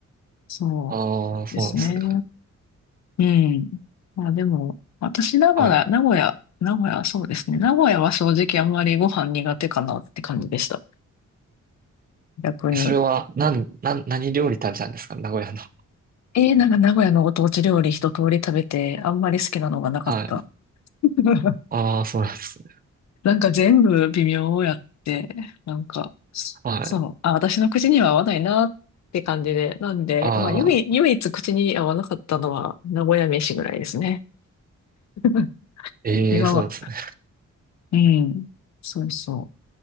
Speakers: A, on the left (about 60°); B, on the right (about 30°).
A: そ
B: ああ、そうなんですね。
A: う。ですね。うん。まあでも、私、名古屋、
B: はい。
A: 名古屋、名古屋、そうですね。名古屋は正直あんまりご飯苦手かなって感じでした。逆に。
B: それは、なん、なん、何料理食べたんですか名古屋の。
A: えー、なんか名古屋のご当地料理一通り食べて、あんまり好きなのがなかった。
B: はい
A: <laughs>
B: ああ、そうなんですね。
A: なんか全部微妙やって、なんか、
B: はい。
A: そう、あ、私の口には合わないなって感じで、なんで、
B: ああ、
A: まあ、唯、唯一口に合わなかったのは名古屋飯ぐらいですね。<laughs>
B: ええ、
A: 今は、
B: そうなんですね。
A: うん、そうそ